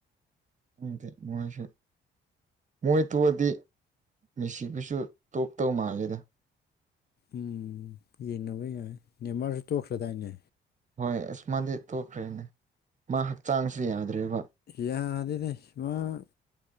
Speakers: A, on the right; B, on the left.
A: ꯑꯗꯦ ꯃꯣꯏꯁꯨ ꯃꯣꯏ ꯇꯣꯛꯑꯗꯤ ꯃꯤꯁꯤꯕꯨꯁꯨ ꯇꯣꯛ ꯇꯧ ꯃꯥꯜꯂꯤꯦꯗ
B: ꯎꯝ ꯌꯦꯡꯟꯅꯕ ꯌꯥꯏ ꯅ ꯃꯥꯁꯨ ꯇꯣꯛꯈ꯭ꯔꯗꯥꯏꯅꯦ
A: ꯍꯣꯏ ꯏꯁꯁꯃꯗꯤ ꯇꯣꯛꯈ꯭ꯔꯦꯅꯦ ꯃꯥ ꯍꯛꯆꯥꯡꯁꯤ ꯌꯥꯗ꯭ꯔꯦꯕ
B: ꯌꯥꯗꯅꯦ ꯁꯤꯃ ꯑ